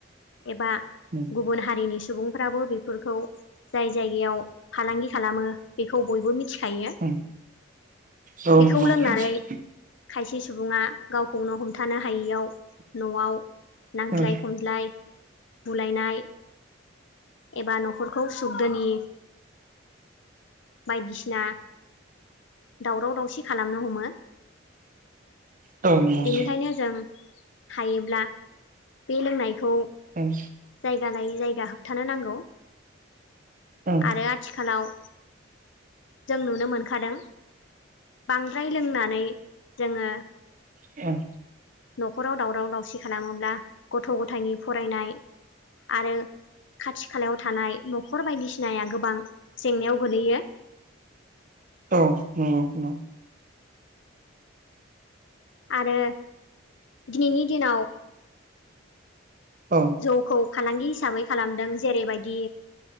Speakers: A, on the left; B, on the right.
A: एबा
B: ओम
A: गुबुन हारिनि सुबुंफ्राबो बेफोरखौ जाय जायगायाव फालांगि खालामो बेखौ बयबो मिथि खायो
B: उम औ
A: बेखौ
B: नंगौ उम उम
A: लोंनानै खायसे सुबुंआ गाव सुंनो हमथानो हायैयाव न'आव नांज्लाय
B: उम
A: खमज्लाय बुलायनाय एबा न'खरखौ सुखदोनि बायदिसिना दावराव दावसि खालामनो हमो।
B: औ नंगौ नोंथां उम उम नंगौ। उम औ नंगौ
A: बेनिखायनो
B: नंगौ।
A: जों हायोब्ला बे लोंनायखौ
B: उम
A: जायगा लायै जायगा होबथानो नांगौ।
B: औ
A: आरो आथिखालाव जों नुनो मोनखादों। बांद्राय लोंनानै जोङो
B: औ
A: न'खराव दावराव दावसि खालामोब्ला गथ' गथायनि फरायनाय आरो खाथि खालायाव थानाय न'खर बायदिसिनाया गोबां जेंनायाव गोलैयो।
B: औ नंगौ <unintelligible>
A: आरो दिनैनि दिनाव
B: औ
A: जौखौ फालांगि हिसाबै खालामदों जेरैबायदि